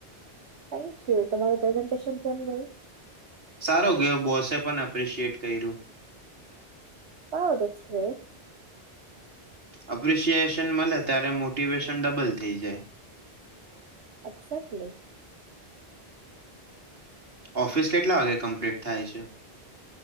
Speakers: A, on the right; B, on the right.
A: થેન્કયુ તમારું પ્રેઝન્ટેશન કેમ ગયું?
B: સારો ગયો બોસે પણ એપ્રિશિએટ કર્યું.
A: હા ધેટ ગ્રેટ.
B: એપ્રિશિએશન મળે ત્યારે મોટિવેશન ડબલ થઈ જાય.
A: એક્સેેક્ટલી.
B: ઓફિસ કેટલા વાગે કમ્પ્લીટ થાય છે?